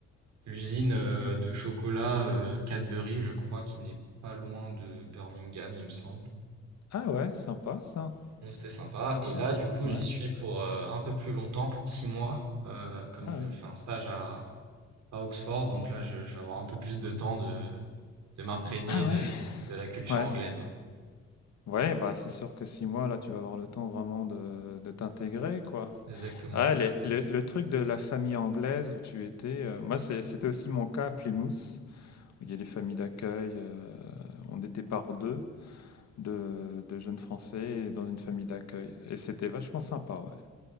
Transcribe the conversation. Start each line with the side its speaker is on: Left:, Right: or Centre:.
Right: l'usine euh, de chocolat euh, Cadbury, je crois, qui n'est pas loin de Birmingham, il me semble.
Left: Ah ouais, sympa ça,
Right: Donc c'était sympa.
Left: sympa.
Right: Et là, du coup,
Left: Ouais.
Right: j'y suis pour euh, un peu plus longtemps, pour six mois, euh, comme
Left: Ah
Right: je
Left: oui.
Right: fais un stage à, à Oxford. Donc là, je, je vais avoir un peu plus de temps de, de m'imprégner
Left: Ah
Right: de,
Left: ouais.
Right: de la culture
Left: Ouais.
Right: anglaise. hein.
Left: Ouais, bah, c'est sûr que 6 mois là, tu vas avoir le temps vraiment de de t'intégrer quoi.
Right: Exactement.
Left: Ah les le le truc de la famille anglaise où tu étais, heu, moi c'est c'était aussi mon cas à Plymouth, où il y a des familles d'accueil, heu, on était par 2. de, de jeunes Français dans une famille d'accueil. Et c'était vachement sympa, ouais.